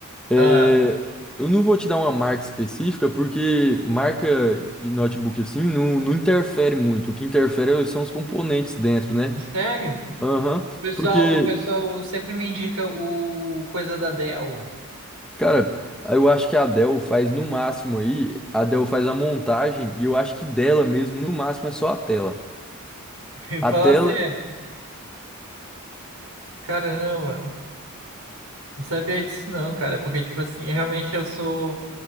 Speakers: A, in the centre; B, on the right.
A: É,
B: ah,
A: Eu não vou te dar uma marca específica, porque marca de notebook assim não, não interfere muito. O que interfere é, são os componentes dentro, né?
B: sério?
A: Aham,
B: O pessoal,
A: Porque,
B: o pessoal sempre me indica o coisa da Dell.
A: cara, eu acho que a Dell faz no máximo aí, a Dell faz a montagem, e eu acho que dela mesmo, no máximo, é só a tela.
B: <laughs>
A: A
B: Fala
A: tela.
B: sério. Caramba, não sabia disso não, cara, porque, tipo assim, eu realmente eu sou,